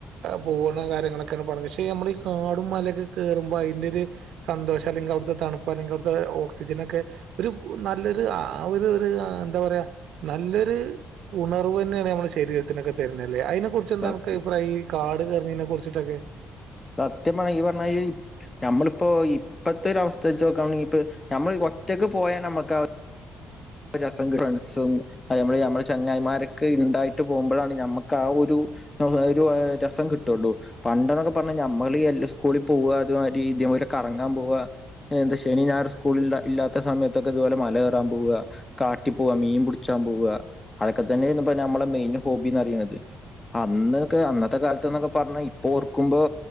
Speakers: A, on the right; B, on the left.
A: പോണ കാര്യങ്ങളൊക്കെയാണ് പറയ പക്ഷെ ഞമ്മളെ ഈ കാടും മലെക്കെ കേറുബം അയിന്റെ ഒര് സന്തോഷം അല്ലെങ്കിൽ അവുടുത്ത തണുപ്പ് അല്ലെങ്കിൽ അട്ത്തെ ഓക്സിജൻ ഒക്കെ ഒരു നല്ലൊര് ഒര് ഒര എന്താ പറയാ നല്ലൊരു ഉണർവ് ന്നെയാണ് നമ്മളെ ഒക്കെ ശരീരത്തിനൊക്കെ തര്ന്നെല്ലേഅയ്‌ന് കുറിചെന്ത
B: സത്യം
A: അനക്ക് അഭിപ്രായം ഈ കാട് റെനിനെ കുറിച്ചിട്ടൊക്കെ
B: സത്യ പറയി ഇയിപറഞ്ഞായിരി നഞമ്മളിപ്പോ ഇപ്പത്തെ ഒര് അവസ്ഥ വെച്ച് നോക്കാണെങ്കിൽ ഇപ്പ നമ്മള് ഒറ്റക്ക് പോയാൽ അമ്മക്ക് രസം കി ഫ്രണ്ട്സും അത് അമ്മള അമ്മള ചങ്ങായിമാരൊക്കെ ഇണ്ടായിട്ട് പോമ്പഴാണ് ഞമ്മക്ക് ആ ഒരു ഒരു രസം കിട്ടുള്ളൂ പണ്ടെന്നൊക്കെ പറഞ്ഞ ഞമ്മളീ എല്ലാ സ്കൂളിൽ പോവ അത് മാതിരി <unintelligible> കറങ്ങാൻ പോവുക എന്താ ശനിയും ഞായറും സ്കൂളിൽ ഇല്ലാത്ത സമയത്തൊക്കെ ഇതുപോലെ മല കേറാൻ പോവുക കാട്ടി പോവാ മീൻ പുടിച്ചാൻ പോവ അതൊക്കെ തന്നെ ആയിര്ന്ന്പ്പ നമ്മളെ മെയിൻ ഹോബിന്നറിയണത് അന്നെക്കെ അന്നത്തെ കാലത്ത്ന്നൊക്കെ പറഞ്ഞ ഇപ്പൊ ഓർക്കുമ്പോ